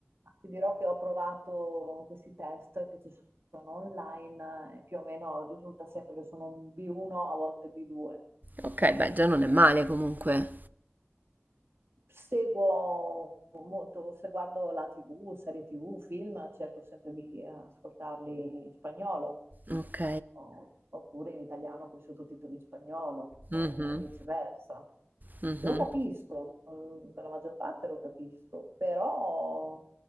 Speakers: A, on the right (about 65°); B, on the right (about 40°).
A: ti dirò che ho provato questi test che ci sono online eh, e più o meno risulta sempre che sono un B1, a volte B2.
B: Ok, beh, già non è male comunque.
A: Seguo molto, se guardo la TV, serie TV, film, cerco sempre di eh, ascoltarli in spagnolo
B: Ok.
A: o- oppure in italiano con i sottotitoli in spagnolo o,
B: Mhm.
A: o viceversa.
B: Mhm.
A: Lo capisco, mm, per la maggior parte lo capisco, però